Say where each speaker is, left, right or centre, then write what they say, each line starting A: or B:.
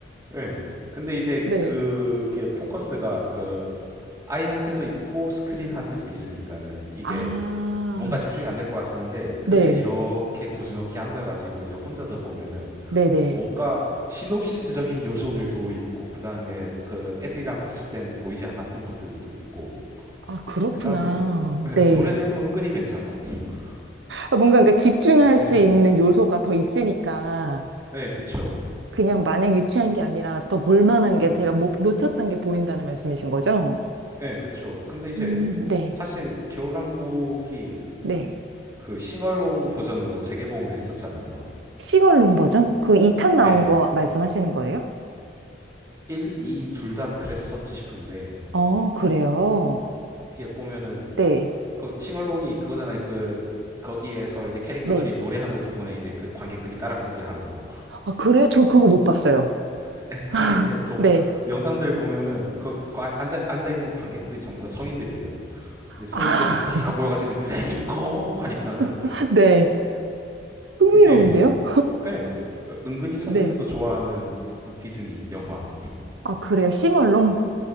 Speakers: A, on the right (about 20°); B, on the right (about 80°).
A: 네. 근데 이제
B: 네.
A: 그게 포커스가 그 아이한테도 있고 스크린한테도 있으니까는 이게
B: 아.
A: 뭔가 집중이 안 될 것 같은데
B: 네,
A: 근데 이렇게 고즈넉히 앉아가지고 이제 혼자서 보면은
B: 네네.
A: 뭔가 시놉시스적인 요소들도 있고 그 다음에 그 애들이랑 봤을 때는 보이지 않았던 것들도 또 있고
B: 아, 그렇구나.
A: 그 다음에 <laughs>
B: 네.
A: 노래들도 은근히 괜찮고 <laughs>
B: 아, 뭔가 그러니까 집중할
A: 네
B: 수 있는 요소가 더 있으니까
A: 네 그쵸
B: 그냥 마냥 유치한 게 아니라 더 볼만한 게
A: 네
B: 제가 못, 놓쳤던 게 보인다는 말씀이신 거죠?
A: 네 그쵸 근데 이제
B: 음, 네,
A: 사실 겨울왕국이
B: 네.
A: 그 싱얼롱 버전으로 재개봉을 했었잖아요
B: 시0월롱 버전? 그 2탄 나온
A: 네
B: 거 말씀하시는 거예요?
A: 1, 2 둘 다 그랬었지 싶은데
B: 어, 그래요.
A: 이게 보면은
B: 네,
A: 그 싱얼롱이 그거잖아요. 그 거기에서 이제 캐릭터들이
B: 네.
A: 노래하는 부분에 이제 그 관객들이 따라 부르게 하는 거.
B: 아, 그래요? 저 그거 못 봤어요.
A: <laughs> 근데
B: <laughs>
A: 이제 그
B: 네.
A: 영상들 보면은 그 관- 앉아 앉아 있는 관객들이 전부 다 성인들이에요. 근데 성인들이
B: 아,
A: 다 모여가지고 Let It Go 하니까는
B: <laughs> 네. 흥미로운데요?
A: 이게 <laughs> 예 은근히 성인들도
B: 네.
A: 좋아하는 디즈니 영화.
B: 아, 그래요. 싱얼롱?